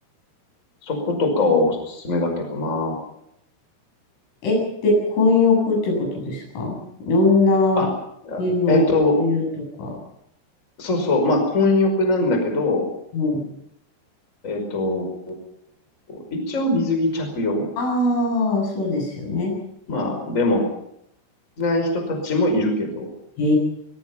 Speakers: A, on the left (about 15°); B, on the left (about 80°).
A: そことかはおすすめだけどな。
B: え、で、混浴ってことですか女
A: あ、あえっと、
B: 湯、男湯とか。
A: そうそう、まあ、混浴なんだけど、
B: うん。
A: えっと、一応水着着用
B: ああ、そうですよね。やっ
A: まあ、でも、しない人たちもいるけど、
B: え